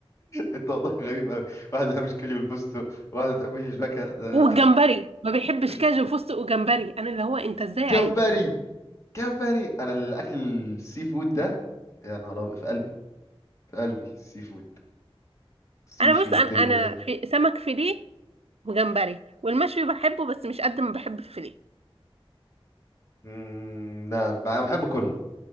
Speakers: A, on the left; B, on the right.
A: انت وضعك غريب قوي واحد ما بيحبش كاجو والفستق واحد ما بيحبش الفاكهه ده
B: والجمبري ما بيحبش
A: <laughs>
B: كاجو وفستق وجمبري انا اللي هو انت ازاي عايز
A: كامباري كامباري انا الاكل السي فود ده يا نهار أبيض، في قلبي في قلبي السي فود سوشي
B: انا بص
A: والدنيا
B: انا انا في سمك فيليه وجمبري والمشوي بحبه بس مش قد ما بحب الفيليه
A: مم، لا بقى- انا بحب كله